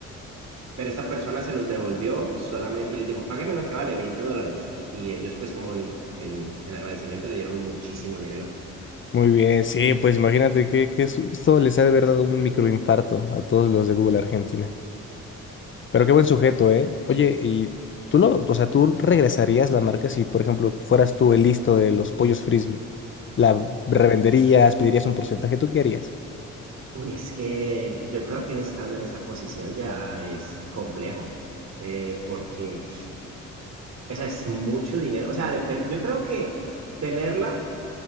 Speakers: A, on the right; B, on the left.
A: pero esta persona se los devolvió solamente y les dijo, págame lo que vale, 20 dólares. Y ellos pues como en, en, en agradecimiento le dieron muchísimo dinero.
B: Muy bien, sí, pues imagínate qué, qué susto les ha de haber dado un microinfarto a todos los de Google Argentina. Pero qué buen sujeto, ¿eh? Oye, y tú lo, o sea, tú regresarías la marca si, por ejemplo, fueras tú el listo de los pollos frisbee. ¿La revenderías?
A: U-
B: ¿Pedirías un porcentaje? ¿Tú qué harías?
A: Uy, es que yo creo que uno estando en esa posición ya es complejo, eh, porque, o sea, es mucho dinero, o sea, depende, yo creo que tenerla